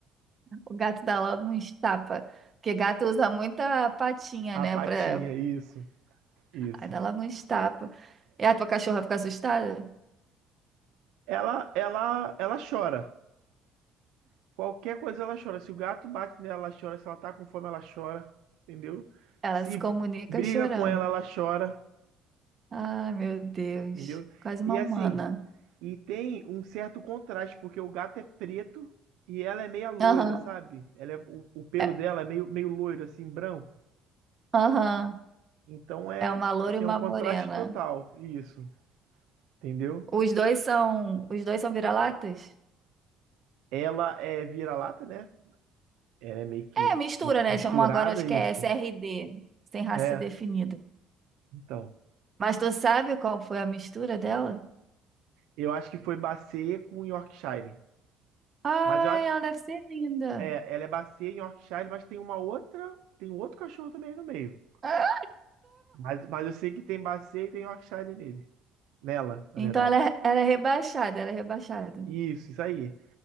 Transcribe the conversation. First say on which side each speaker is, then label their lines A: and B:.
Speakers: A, on the right; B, on the right.
A: O gato dá logo um estapa. porque gato usa muita patinha,
B: A
A: né?
B: patinha,
A: Pra...
B: isso, isso.
A: Aí dá logo um estapa. E a tua cachorra fica assustada?
B: Ela, ela, ela chora. Qualquer coisa ela chora. Se o gato bate nela, ela chora. Se ela tá com fome, ela chora, entendeu?
A: Ela
B: Se
A: se comunica
B: briga
A: chorando.
B: com ela, ela chora,
A: Ai, meu Deus.
B: entendeu?
A: Quase uma
B: E
A: humana.
B: assim, E tem um certo contraste, porque o gato é preto e ela é meia loira,
A: Aham.
B: sabe? Ela é, o, o pelo
A: É,
B: dela é meio, meio loiro, assim, branco.
A: aham.
B: Então é,
A: É uma
B: tipo
A: loura
B: assim,
A: e uma
B: é um contraste
A: morena.
B: total, isso, entendeu?
A: Os dois são, os dois são vira-latas?
B: Ela é vira-lata, né? Ela é meio que,
A: É, mistura,
B: meio que
A: né?
B: misturada,
A: Chamam agora, acho que
B: isso.
A: é SRD, sem raça
B: É,
A: definida.
B: então.
A: Mas tu sabe qual foi a mistura dela?
B: Eu acho que foi Bacia com Yorkshire.
A: Ai,
B: Mas eu, a-
A: ela deve ser linda.
B: é, ela é Bacia e Yorkshire, mas tem uma outra, tem um outro cachorro também aí no meio.
A: Ah,
B: Mas, mas eu sei que tem Bacia e tem Yorkshire nele. Nela, na
A: Então
B: verdade.
A: ela é, ela é rebaixada, ela é rebaixada.
B: Isso, isso aí.